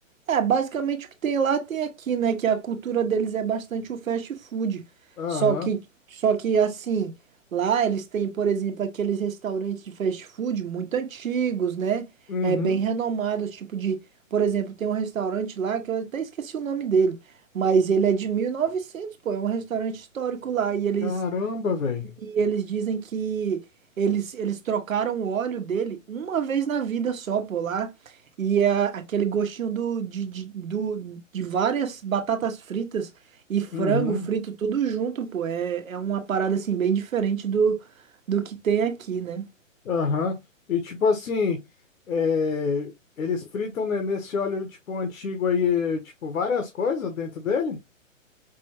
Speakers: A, on the right; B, on the left.
A: é, basicamente o que tem lá tem aqui, né? Que a cultura deles é bastante o fast food.
B: aham,
A: Só que, só que assim, lá eles têm, por exemplo, aqueles restaurantes de fast food muito antigos, né?
B: uhum.
A: É, bem renomados, tipo de. Por exemplo, tem um restaurante lá que eu até esqueci o nome dele, mas ele é de mil e novecentos pô. É um restaurante histórico lá e eles
B: Caramba, velho.
A: e eles dizem que eles, eles trocaram o óleo dele uma vez na vida só, pô, lá. E é aquele gostinho do, de, de, do, de várias batatas fritas e frango
B: Uhum.
A: frito, tudo junto, pô. É, é uma parada, assim, bem diferente do, do que tem aqui, né?
B: Aham. E tipo assim, é, eles fritam, né, nesse óleo tipo antigo aí, é, tipo várias coisas dentro dele?